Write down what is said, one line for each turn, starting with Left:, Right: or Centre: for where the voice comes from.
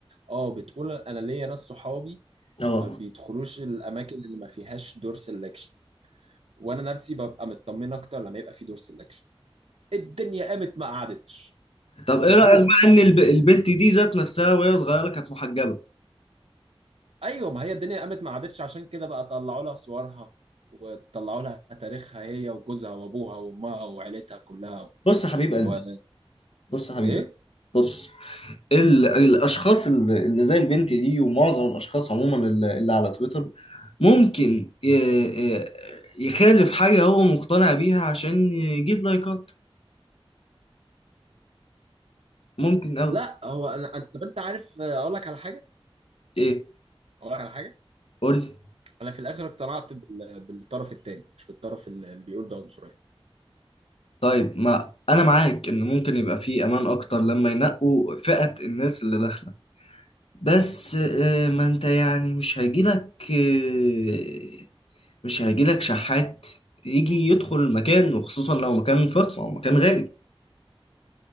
Right: اه بتقول انا ليا ناس صحابي
Left: أه
Right: ما بيدخلوش الاماكن اللي ما فيهاش دور سelection وانا نفسي ببقى مطمن اكتر لما يبقى في دور سelection الدنيا قامت ما قعدتش
Left: طب ايه
Right: اسبوع
Left: رأيك بقى ان الب- البنت دي ذات نفسها وهي صغيرة كانت محجبة
Right: ايوه ما هي الدنيا قامت ما عادتش عشان كده بقى طلعوا لها صورها وطلعوا لها تاريخها هي وجوزها وابوها وامها وعيلتها كلها و...
Left: بص يا حبيب قلبي
Right: و...
Left: بص يا حبيب
Right: ايه
Left: قلبي بص ال... الاشخاص اللي اللي زي البنت دي ومعظم الاشخاص عموما اللي, اللي على تويتر ممكن ي- ي- يخالف حاجة هو مقتنع بيها عشان يجيب لايكات ممكن أوي
Right: لا هو انا انت طب انت عارف اقول لك على حاجه
Left: إيه
Right: اقول لك على حاجه
Left: قول لي.
Right: انا في الاخر اقتنعت بال... بالطرف التاني مش بالطرف ال- اللي بيقول ده عنصريه
Left: طيب ما أنا معاك إن ممكن يبقى فيه أمان أكتر لما ينقوا فئة الناس اللي داخلة بس آه، ما أنت يعني مش هيجيلك آه، مش هيجيلك شحات يجي يدخل المكان وخصوصا لو مكان فخم او مكان غالي